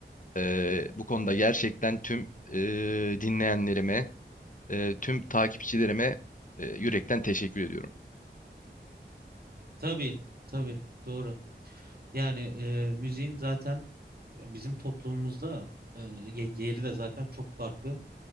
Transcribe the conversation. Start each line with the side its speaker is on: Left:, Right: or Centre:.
Left: Ee, bu konuda gerçekten tüm e, dinleyenlerime, e, tüm takipçilerime e, yürekten teşekkür ediyorum.
Right: Tabii, tabii. Doğru. Yani e, müziğin zaten bizim toplumumuzda e, ye- yeri de zaten çok farklı.